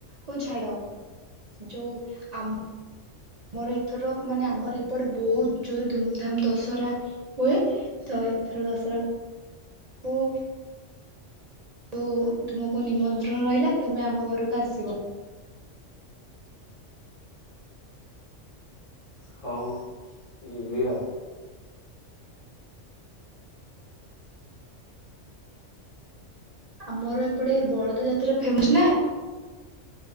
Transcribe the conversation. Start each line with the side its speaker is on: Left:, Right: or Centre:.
Right: ହଉ ଛାଡ଼, ଯୋଉ ଆମ ଆମର ଏଥର ମାନେ ଆମର ଏପଟେ ବହୁତ ଜୋରେ ଧୁମଧାମ ଦଶହରା ହୁଏ ତ ଏଥର ଦଶହରାକୁ ଦଶହରାକୁ ତୁମକୁ ନିମନ୍ତ୍ରଣ ରହିଲା ତୁମେ ଆମ ଘରକୁ ଆସିବ।
Left: ହଉ ଯିବି ଆଉ।
Right: ଆମର ଏପଟେ ବଳଦ ଯାତ୍ରା ଫେମସ ନା।